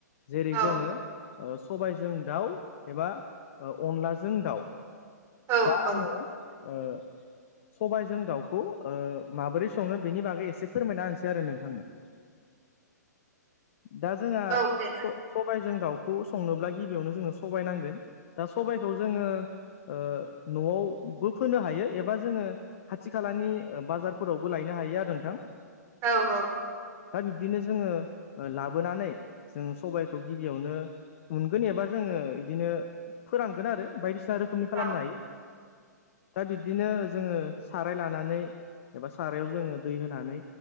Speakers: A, on the left (about 45°); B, on the right (about 30°).
A: जेरै
B: औ
A: जोङो सबायजों दाउ एबा अनलाजों दाउ
B: औ
A: दा
B: औ
A: आङो ओ सबायाइजों दाउखौ माबोरै सङो बेनि बागै एसे फोरमायना होनसै आरो नोंथांनो।
B: <inaudible>
A: दा जोंहा
B: औ दे जागोन
A: स सबायजों दाउखौ संनोब्ला गिबियावनो जोंनो सबाय नांगोन दा सबाइखौ जोङो ओ न'आव बो फोनो हायो एबा जोङो खाथि खालानि ओ बाजारफोरावबो लायनो हायो आरो नोंथां।
B: औ औ।
A: दा बिब्दिनो जोङो ओ लाबोनानै जों सबाइखौ गिबियावनो मोनगोन एबा जोङो इदिनो फोरानगोन आरो बायदिसिना रोखोमनि
B: औ
A: खालामनो हायो। दा बिब्दिनो जोङो साराय लानानै एबा सारायाव जोङो दै होनानै